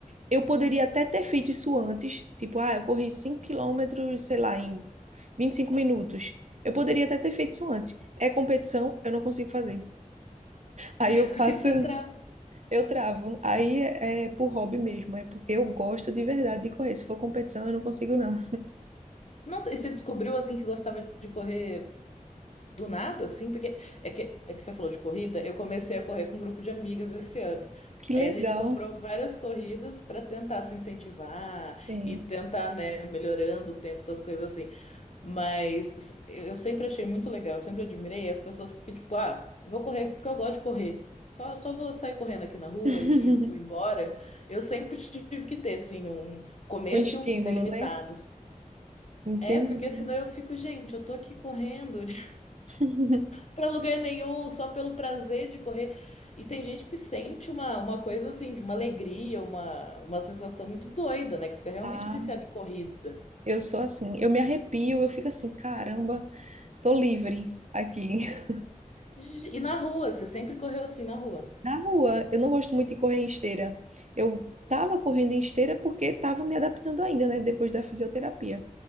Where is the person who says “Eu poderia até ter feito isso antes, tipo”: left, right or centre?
Right